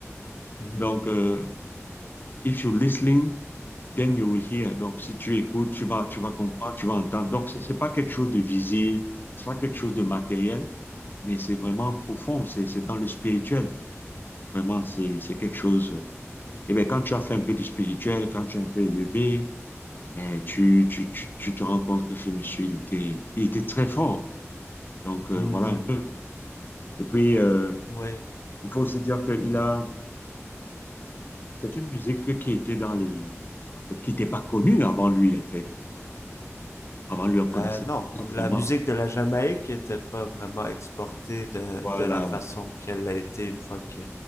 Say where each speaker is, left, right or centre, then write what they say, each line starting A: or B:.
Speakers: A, on the left (about 70°); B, on the left (about 40°).
A: Mhm.
B: Donc, euh, if you're listening, then you will hear. Donc, si tu écoutes, tu vas, tu vas comprendre, tu vas entendre. Donc, ce n'est pas quelque chose de visible, ce n'est pas quelque chose de matériel, mais c'est vraiment profond, c'est c'est dans le spirituel. Vraiment, c'est c'est quelque chose. Et bien, quand tu as fait un peu de spirituel, quand tu es un peu élevé, eh, tu, tu, tu, tu te rends compte que ce monsieur, il était, il était très fort. Donc, euh,
A: Mhm.
B: voilà un peu. Et puis, euh,
A: Ouais.
B: il faut aussi dire qu'il a, c'est une musique qui était dans les, en fait, qui n'était pas connue avant lui, en fait. Avant lui, on connaissait
A: Euh, non,
B: pas vraiment,
A: la musique de la Jamaïque était pas vraiment exportée de,
B: voilà,
A: de la façon qu'elle a été une fois que